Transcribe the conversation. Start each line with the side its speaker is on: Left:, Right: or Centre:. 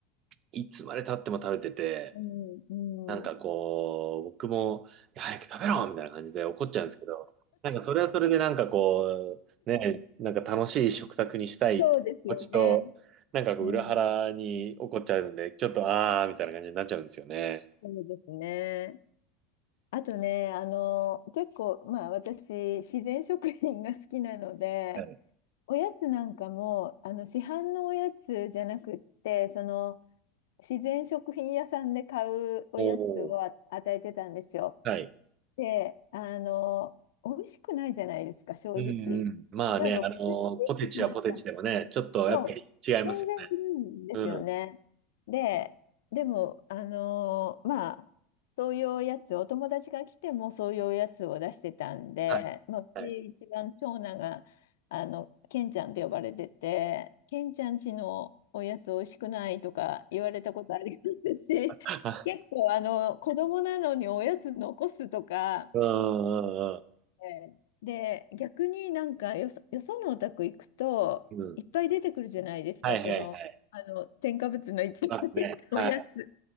Right: いつまで経っても食べてて、
Left: うん、うん。
Right: なんかこう、僕も、いや早く食べろみたいな感じで怒っちゃうんですけど、なんかそれはそれでなんかこう、ね、なんか楽しい食卓にしたいって気持ちと、
Left: そうですよね。
Right: なんかこう裏腹に怒っちゃうんで、
Left: うん、
Right: ちょっとあーみたいな感じになっちゃうんですよね。
Left: そうですね。あとね、あの、結構、まあ私、自然食品が好きなので、
Right: はい。
Left: おやつなんかも、あの、市販のおやつじゃなくって、その、自然食品屋さんで買うおやつをあ与えてたんですよ。
Right: おー。はい。
Left: で、あの、美味しくないじゃないですか、正直。
Right: うんうん。まあね、
Left: 例えば、
Right: あの、
Left: ポテトチップスなんかも
Right: ポテチはポテチでもね、ちょっとやっぱり違いますよね。
Left: そう、全然違うんですよね。
Right: うん。
Left: で、でも、あのーまあ、そういうおやつ、お友達が来てもそういうおやつを出してたんで、
Right: はい、
Left: まあ、うち一番長男が、
Right: はい。
Left: あの、ケンちゃんと呼ばれてて、ケンちゃんちのおやつおいしくないとか言われたことありますし、
Right: <laughs>
Left: 結構、あの、子供なのにおやつ残すとか、
Right: うん、うん、うん。
Left: ええで、逆になんかよそ、よそのお宅行くと、
Right: うん。
Left: いっぱい出てくるじゃないですか、
Right: はいはいはい。
Left: その、あの添加物のいっぱい入ったおやつ。
Right: そうですね。はい。